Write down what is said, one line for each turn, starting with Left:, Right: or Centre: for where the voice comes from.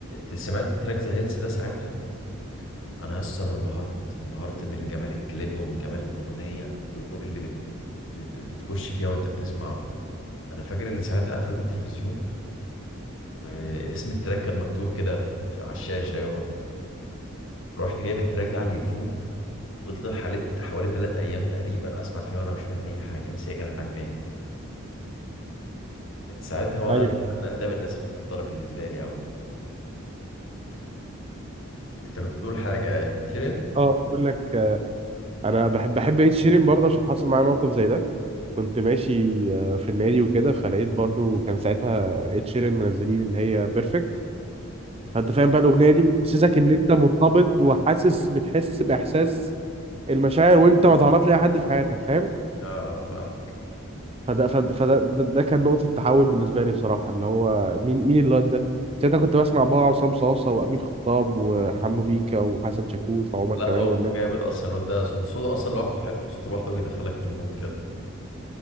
Left: آه، سمعت التراك ذا هيلث ده ساعتها انا اصلا أنا انبهرت انبهرت من جمال الكليب ومن جمال الاغنيه والمود اللي بت... بت- بتخش فيها وانت بتسمعه انا فاكر ان ساعتها قفلت التلفزيون واسم التراك كان مكتوب كده في... في على الشاشه يومها رحت جايب التراك ده على اليوتيوب فضلت حوالي حوالي ثلاث ايام تقريبا اسمع فيه وانا مش فاهم اي حاجه بس هي كانت عجباني من ساعتها وانا
Right: ايوه
Left: الفنان ده من الناس المفضله بالنسبه لي قوي انت كنت بتقول حاجه شيرين
Right: اه اقول لك آه، انا بحب بحب ايه شيرين برضه عشان حصل معايا موقف زي ده كنت ماشي آه، في النادي وكده فلقيت برضه كان ساعتها ايه شيرين منزلين اللي هي بيرفكت فانت فاهم بقى الاغنيه دي حسسك ان انت مرتبط وحاسس بتحس باحساس المشاعر وانت ما تعرفش اي حد في حياتك فاهم
Left: اه فاهمك
Right: فده فده, فده ده, ده كان نقطة تحول بالنسبة لي بصراحة اللي هو مين مين الواد ده ساعتها كنت بسمع بقى عصام صاصة وأمين خطاب وحمو بيكا وحسن شاكوش وعمر
Left: لا
Right: كمال
Left: هو
Right: والناس
Left: موده جامد اصلا الواد ده صوته صوته اصلا لوحده حلو صوته لوحده بيدخلك في المود كده